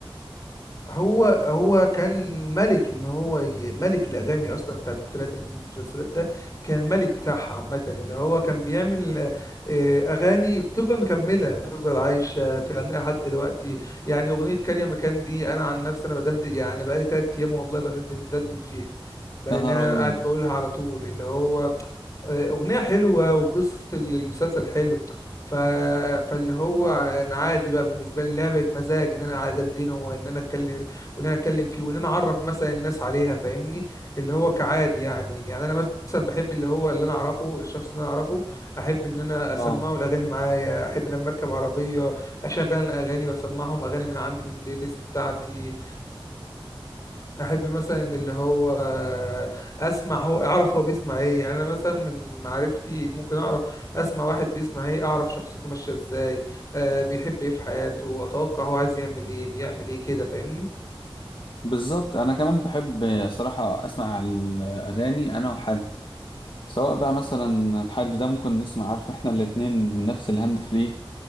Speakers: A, on the left (about 35°); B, on the left (about 60°).
A: هو هو كان ملك ان هو ي- ملك الاغاني اصلا بتاعت تترات المسلسلات ده كان الملك بتاعها عامه اللي هو كان بيعمل آه، آه، اغاني تفضل مكمله تفضل عايشه تغنيها لحد دلوقتي يعني اغنيه كان يا مكان دي انا عن نفسي انا بدندن يعني بقالي تلات ايام والله بندن- بندندن فيها لان
B: يا نهار
A: انا
B: ابيض
A: قاعد بقولها على طول اللي هو آه، اغنيه حلوه وقصه المسلسل حلو ف... فاللي هو انا عادي بقى بالنسبه لي اللي هي بقت مزاج ان انا قاعد اندنه وان انا اتكلم وان انا اتكلم فيه وان انا اعرف مثلا الناس عليها فاهمني اللي هو كعادي يعني يعني انا مثلا بحب اللي هو اللي انا اعرفه الشخص اللي انا اعرفه احب ان انا اسمعه
B: اه
A: الاغاني معايا احب لما اركب عربيه اشغل الاغاني واسمعهم اغاني من عندي من البلاي ليست بتاعتي احب مثلا اللي هو اسمع هو اعرف هو بيسمع ايه يعني انا مثلا من معرفتي ممكن اعرف اسمع واحد بيسمع ايه اعرف شخصيته ماشيه ازاي آه، بيحب ايه في حياته اتوقع هو عايز يعمل ايه بيعمل ايه كده فاهمني
B: بالظبط انا كمان بحب صراحه اسمع الاغاني انا وحد سواء بقى مثلا الحد ده ممكن نسمع عارف احنا الاتنين من نفس الهاند فري